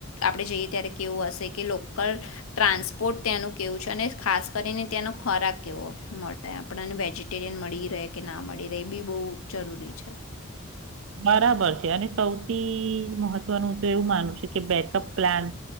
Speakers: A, on the left; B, on the right.
A: આપણે જઈએ ત્યારે કેવું હશે કે લોકલ ટ્રાન્સપોર્ટ તેનું કેવું છે અને ખાસ કરીને તેનો ખોરાક કેવો મળે આપણને વેજીિટેરિયન મળી રહે કે ના મળી રહે એ બી બહુ જરૂરી છે
B: બરાબર છે અને સૌથી મહત્વ તનું તો એવું માનું છું કે બેકઅપ પ્લાન